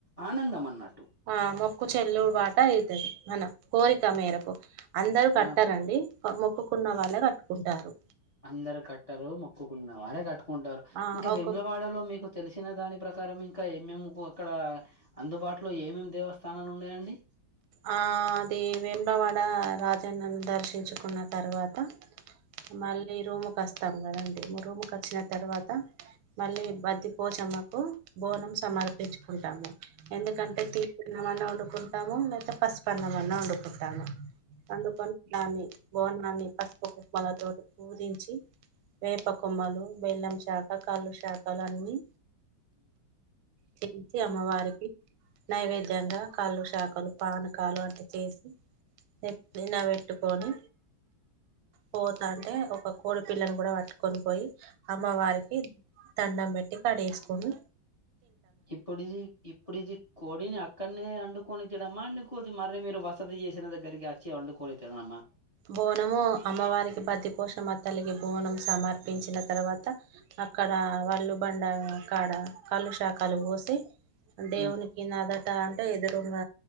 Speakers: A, on the left; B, on the right.
A: ఆనందం అన్నట్
B: ఆ మొక్కు చెల్లు వాట అయితది మనం కోరిక మేరకు అందరు కట్టరండి
A: మన
B: మొక్కుకున్న వాళ్ళే కట్టుకుంటారు
A: అందరు కట్టరు మొక్కుకున్న వారే కట్టుకుంటారు
B: ఆ
A: ఇంకా
B: ఒక్కొ
A: విములవాడలో మీకు తెలిసిన దాని ప్రకారం ఇంకా ఏమేమి అక్కడ అందుబాటులో ఏమేమి దేవస్థానాలు ఉన్నాయండి
B: ఆ అది వేములవాడ రాజన్నను దర్శించుకున్న తర్వాత మళ్ళీ రూము వస్తాం గదా అండి ము రూముకు వచ్చిన తర్వాత మళ్ళీ బద్ది కోచమ్మకు బోనం సమర్పించుకుంటాము ఎందుకంటే తీపి అన్నమన్నా వండుకుంటాము లేదా పసుపు అన్నమ్ అన్నా వండుకుంటాము పండుకొని దాన్ని బోనాన్ని పసుపు కుంకుమలతోటి పూజించి వేప కొమ్మలు బెల్లం శాక కాళ్ళు శాకాలు అన్నీ చేసి అమ్మవారికి నైవేద్యంగా కాళ్ళు శాఖలు పానకాలు అట్లా చేసి నేతి మీదవెట్టుకొని పోతా అంటే ఒక కోడి పిల్లను కూడా పట్టుకొని పోయి అమ్మవారికి దండం పెట్టి కడి చేసుకుని
A: ఇప్పుడిది ఇప్పుడిది కోడినా అక్కడ వండుకొని తినడమ్మా ఇంకోటి మరి మీరు వసతి చేసిన దగ్గరీకి వచ్చి వండుకొని తినడమ్మ
B: బోనము అమ్మవారికి బద్దిపోషమ్మ తలికి బోనం సమర్పించిన తర్వాత అక్కడ వాళ్ళు బండ కాడ కళ్ళు శాకాలు పోసి దేవునికి
A: ఉమ్,
B: ఇనాదట అంటే ఎదురుంగ